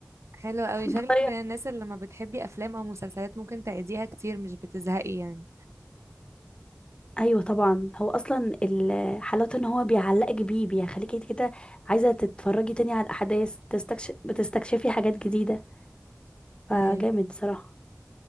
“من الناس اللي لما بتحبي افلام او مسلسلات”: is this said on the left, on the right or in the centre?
Right